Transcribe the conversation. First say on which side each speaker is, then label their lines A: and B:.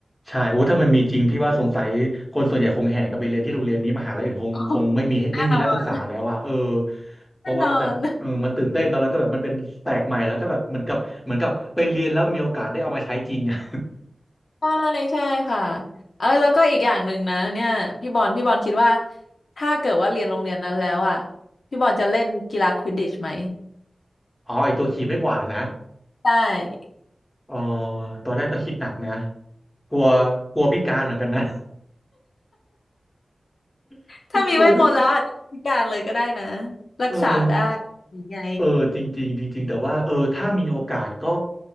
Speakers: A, on the left (about 15°); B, on the left (about 75°).
A: ใช่โอ้ถ้ามันมีจริงพี่ว่าสงสัยคนส่วนใหญ่คงแห่กันไปเรียนที่โรงเรียนนี้มหาลัยอื่นคงคงไม่มีไม่มีนักศึกษาแล้วอ่ะเออ
B: <laughs> อ๋อแน่นอน
A: เพราะว่าแบบเออมันตื่นเต้นเนาะแล้วก็แบบมันเป็นแปลกใหม่แล้วก็แบบเหมือนกับเหมือนกับไปเรียนแล้วมีโอกาสได้เอามาใช้จริงอ่ะ
B: แน่นอน ใช่ใช่ค่ะเออแล้วก็อีกอย่างหนึ่งนะเนี่ยพี่บอลพี่บอลคิดว่าถ้าเกิดว่าเรียนโรงเรียนนั้นแล้วอ่ะพี่บอลจะเล่นกีฬาควิดดิชไหม
A: <laughs> อ๋อไอตัวขี่ไม้กวาดอะนะ
B: ใช่
A: เอ๋อตอนแรกก็คิดหนักนะกลัวกลัวพิการเหมือนกันนะ <laughs>
B: ถ้ามีเวทมนต์แล้วอาจจะพิการเลยก็ได้นะ
A: คือกลัวพิ
B: รักษาได้
A: เออ
B: ยังไง
A: เออจริงๆจริงๆแต่ว่าเออถ้ามีโอกาสก็